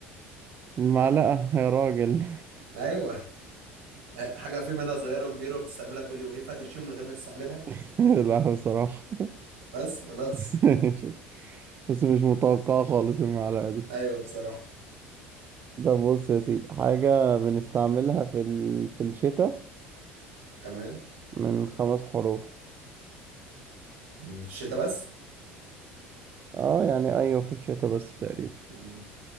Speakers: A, on the right; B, on the right.
A: المعلقة يا راجل
B: أيوه حاجه في منها صغيره وكبيره وبتستعملها كل يوم ينفع تعيش يوم من غير ما تستعملها
A: <laughs> لا بصراحة
B: بس خلاص
A: <laughs> بس مش متوقعة خالص المعلقة دي
B: <laughs> ايوه بصراحه
A: طب بص يا سيدي حاجة بنستعملها في ال... في الشتاء
B: تمام
A: من خمس حروف
B: مم، في الشتاء بس
A: اه يعني ايوه في الشتاء بس تقريبا
B: مم،